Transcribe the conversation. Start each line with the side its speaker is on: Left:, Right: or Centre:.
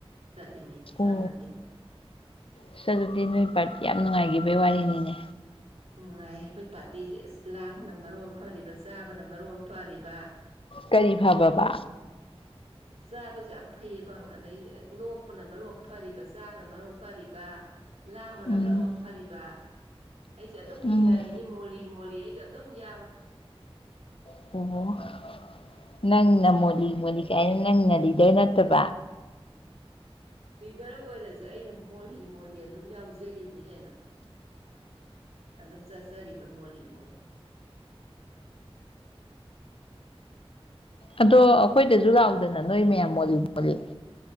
Right: ꯆꯠꯂꯤꯉꯩꯗ
Left: ꯑꯣ
Right: ꯆꯪꯉꯒ‌ꯦꯅ
Left: ꯑꯁ ꯑꯗꯨꯗꯤ ꯅꯣꯏ ꯄꯥꯔꯇꯤ ꯌꯥꯝ ꯅꯨꯡꯉꯥꯏꯈꯤꯕꯩ ꯋꯥꯔꯤꯅꯤꯅꯦ
Right: ꯅꯨꯡꯉꯥꯏꯌꯦ ꯑꯩꯈꯣꯏ ꯄꯥꯔꯇꯤꯖ‌ꯦ ꯑꯁ ꯂꯥꯡꯕꯅ ꯃꯔꯣꯟ ꯐꯔꯤꯕ ꯆꯥꯕꯅ ꯃꯔ‌ꯣꯟ ꯐꯔꯤꯕꯥ
Left: ꯀꯔꯤ ꯐꯕꯕꯥ
Right: ꯆ ꯆꯥꯕꯁ‌‌ꯦ ꯌꯥꯝ ꯐꯩꯌꯦꯕꯪ ꯑꯗꯩ ꯅꯣꯛꯄꯅ ꯃꯔ‌ꯣꯟ ꯐꯔꯤꯕ ꯆꯥꯕꯅ ꯃꯔ‌ꯣꯟ ꯐꯔꯤꯕꯥ ꯂꯥꯡꯕꯅꯥ
Left: ꯎꯝ
Right: ꯃꯔ‌ꯣꯝ ꯐꯔꯤꯕꯥ ꯑꯩꯁꯨ ꯑꯗꯨꯝ
Left: ꯎꯝ
Right: ꯏꯟꯅꯕꯤꯅꯤ ꯃꯣꯜꯂꯤ ꯃꯣꯜꯂꯤ ꯑꯩꯖꯨ ꯑꯗꯨꯝ ꯌꯥꯎꯔꯦ
Left: ꯑꯣ <unintelligible> ꯅꯪꯅ ꯃꯣꯂꯤ ꯃꯣꯂꯤ ꯀꯥꯏꯅ ꯅꯪꯅ ꯂꯤꯗꯔ ꯅꯠꯇꯕꯥ
Right: ꯂꯤꯗꯔ ꯑꯣꯏꯔꯖꯨ ꯑꯩꯅ ꯃꯣꯜꯂꯤ ꯃꯣꯜꯂꯤ ꯑꯗꯨꯝ ꯌꯥꯎꯖꯔꯤꯝꯅꯤ ꯀꯩꯅꯣ ꯑꯗꯨꯝ ꯆꯠꯆꯔꯤꯕ ꯃꯣꯜꯂꯤ ꯃꯣꯜꯂꯤ
Left: ꯑꯗꯣ ꯑꯩꯈꯣꯏꯗꯖꯨ ꯂꯥꯎꯗꯅ ꯅꯣꯏ ꯃꯌꯥꯝ ꯃꯣꯜꯂꯤ ꯃꯣꯜꯂꯤ